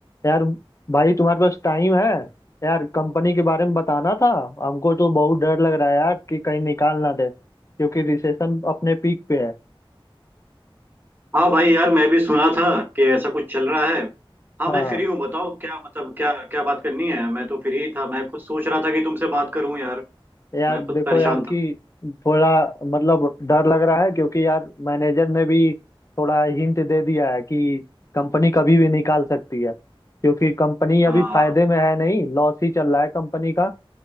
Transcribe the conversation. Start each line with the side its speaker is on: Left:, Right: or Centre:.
Left: यार भाई तुम्हारे पास टाइम है यार कंपनी के बारे में बताना था हमको तो बहुत डर लग रहा है यार कि कहीं निकाल ना दे क्योंकि रिसेशन अपने पीक पे है
Right: हाँ भाई यार मैं भी सुना था कि ऐसा कुछ चल रहा है हाँ
Left: हाँ
Right: मैं फ्री हूँ बताओ क्या मतलब क्या क्या बात करनी है मैं तो फ्री ही था मैं खुद सोच रहा था कि तुमसे बात करूँ यार
Left: यार
Right: मैं खुद
Left: देखो
Right: परेशान
Left: यार
Right: था
Left: कि थोड़ा मतलब डर लग रहा है क्योंकि यार मैनेजर ने भी थोड़ा हिंट दे दिया है कि कंपनी कभी भी निकाल सकती है क्योंकि कंपनी अभी
Right: हाँ
Left: फायदे में है नहीं लॉस ही चल रहा है कंपनी का